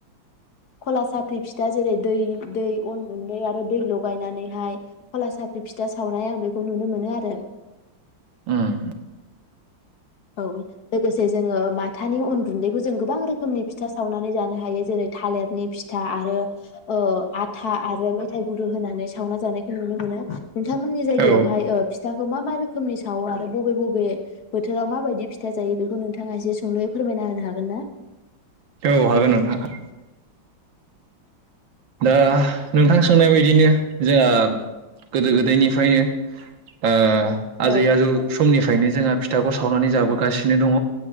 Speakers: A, on the left; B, on the right.
A: खला साख्रि फिथ था जेरै दै दै अन गुन्दै आरो दै लगायनानै हाय खला साफ्रि फिथा सावनाय आं बेखौ नुनो मोनो आरो।
B: उम
A: औ लोगोसे जोङो माथानि अन गु गुन्दैखौ जों गोबां रोखोमनि फिथा सावनानै जानो हायो जेरै थालेरनि फिथा आरो ओ आथा आरो मेथाइ गुरु होनानै सावना जानायखौ नुनो मोनो नोंथांमोननि जायगायावहाय
B: औ
A: ओ फिथाखौ मा मा रोखोमनि सावो आरो बबे बबे बो बा माबायदि फिथा जायो बेखौ नोंथाङा एसे सुंदयै फोरमायना होन हागोन ना?
B: औ हागोन‌ नोंथां हा दा नोंथां सोंनाय बायदिनो जोंहा गोदो गोदायनिफायनो ओ
A: औ
B: आजै आजौ समनिफ्रायनो जोंहा फिथ था हावनानै जाबोगासिनो दङ